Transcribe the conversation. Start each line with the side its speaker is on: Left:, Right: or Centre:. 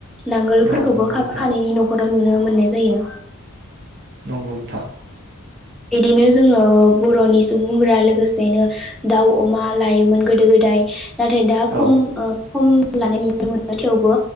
Centre: नांगोलफोरखौबो
Right: औ नंगौ
Centre: खाफाखानायनि
Right: नोंथां
Centre: न'खराव नुनो मोननाय जायो।
Right: नंगौ नोंथां
Centre: बिदिनो जोङो बर'नि सुबुंफोरा लोगो गोसेनो दाउ अमा लायोमोन गोदो गोदाय नाथाय दा
Right: औ
Centre: खम खम लानाय नुनो मोनो थेवबो